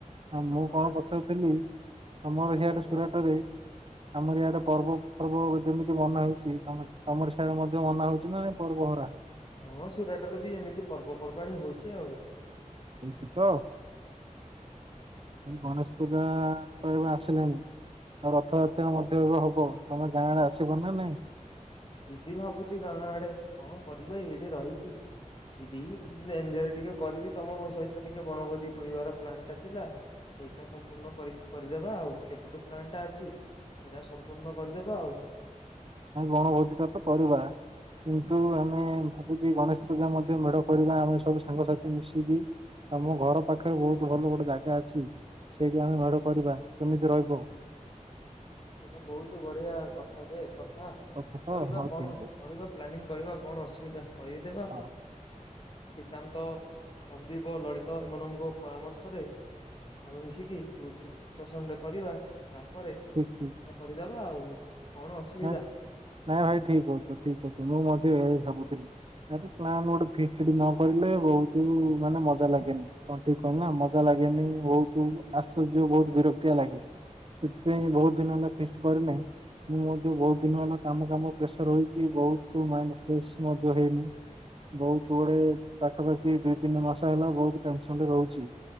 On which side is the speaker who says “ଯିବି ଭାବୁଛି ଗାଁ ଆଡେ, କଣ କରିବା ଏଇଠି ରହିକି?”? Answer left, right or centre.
Left